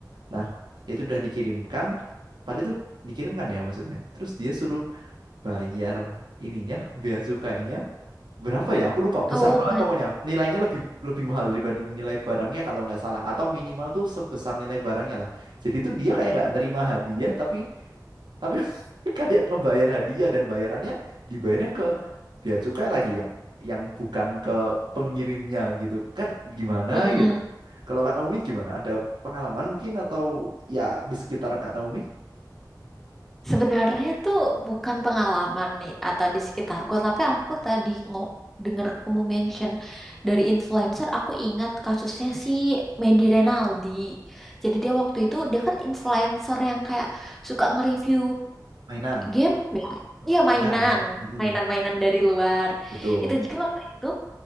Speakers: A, on the right; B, in the centre.
A: nah itu udah dikirimkan padahal itu dikirimkan ya maksudnya terus dia suruh bayar ininya <laughs> bea cukainya berapa ya? Aku lupa.
B: Oh
A: Besar banget
B: my.
A: pokoknya. Nilainya lebih lebih mahal dibanding nilai barangnya kalau nggak salah. Atau minimal tuh sebesar nilai barangnya lah. Jadi tuh dia kayak nggak nerima hadiah, tapi tapi <laughs> kayak ngebayar hadiah dan bayarannya dibayarnya ke bea cukai lagi yang yang bukan ke pengirimnya gitu. Kan gimana
B: Mm-mm.
A: gitu? Kalau Kak Naomi gimana? Ada pengalaman mungkin atau ya di sekitar Kak Naomi?
B: Sebenarnya tuh bukan pengalaman nih atau di sekitarku, tapi aku tadi ngo dengar kamu mention dari influencer, aku ingat kasusnya si Medi Renaldi. Jadi dia waktu itu dia kan influencer yang kayak suka nge-review
A: Mainan.
B: game ya. Iya
A: Ya.
B: mainan,
A: Mm-mm.
B: mainan-mainan dari luar.
A: Betul.
B: Itu juga waktu itu